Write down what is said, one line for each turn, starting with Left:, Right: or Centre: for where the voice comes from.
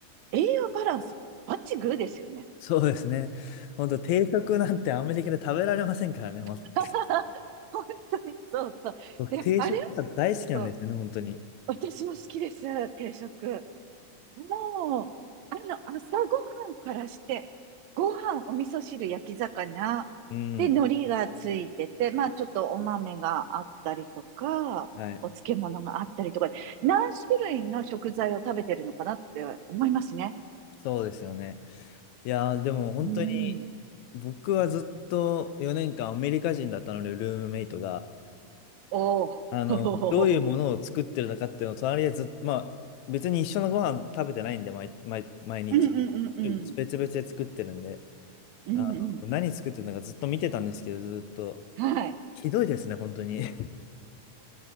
Right: う、栄養バランスバッチグーですよね。
Left: そうですね。本当定食なんてアメリカで食べられませんからね。ま
Right: <laughs>
Left: <laughs>
Right: 本当にそうそう。
Left: 僕、
Right: であれを食
Left: 定食が大好きなんですよね、
Right: うと、
Left: 本当に。
Right: 私も好きです、定食。もう、あの、朝ごはんからして、ご飯、お味噌汁、焼き魚、
Left: うん、
Right: で、海苔がついてて、まあ、ちょっとお豆があったりとか、
Left: はい。
Right: お漬物があったりとか、何種類の食材を食べてるのかなって思いますね。
Left: そうですよね。いやー、でも本当に、
Right: うん。
Left: 僕はずっと4年間アメリカ人だったので、ルームメイトが。
Right: おー。
Left: あの、
Right: <laughs>
Left: どういうものを作ってるのかっていうのを、隣でずっと、まあ、別に一緒のご飯食べてないんで、毎、毎、毎日。
Right: うんうんうんうん。
Left: 別々で作ってるんで、
Right: うんうん。
Left: あの、何作ってるのかずっと見てたんですけど、ずっと。
Right: はい。
Left: ひどいですね、本当に。<laughs>